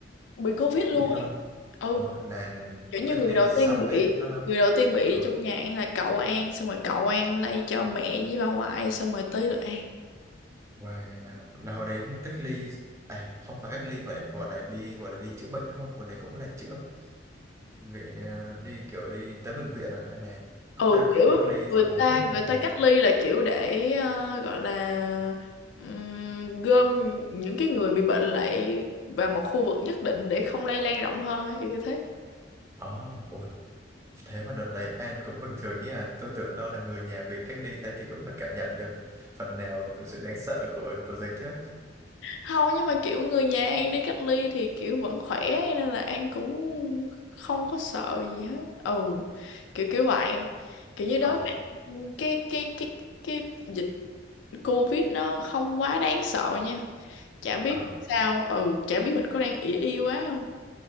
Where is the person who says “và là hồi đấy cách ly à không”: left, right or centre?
Right